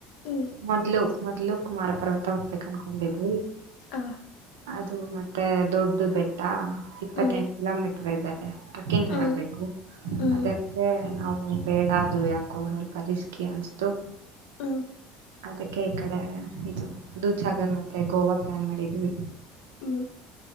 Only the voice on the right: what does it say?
ಮೊದ್ಲು ಮೊದ್ಲು ಕುಮಾರ ಪರ್ವತ ಹೋಗ್ಬೇಕ ಅನ್ಕೊಂಡಿದ್
ಅದು ಮತ್ತೆ ದೊಡ್ಡ ಬೆಟ್ಟ ಇಪ್ಪತ್ತೆಂಟು
ಕಿಲೋಮೀಟರ್ ಇದೆ ಟ್ರಕ್ಕಿಂಗ್
ಮಾಡ್ಬೇಕು
ಅದಕ್ಕೆ ನಾವು ಬೇಡ ಅದು ಯಾಕೋ ಸ್ವಲ್ಪ ರಿಸ್ಕಿ ಅನ್ಿಸತು
ಅದಕ್ಕೆ ಈ ಕಡೆ ಇದು ದೂಸಾಗರ್ ಮತ್ತೆ ಗೋವಾ ಪ್ಲಾನ್ ಮಾಡಿದೀವಿ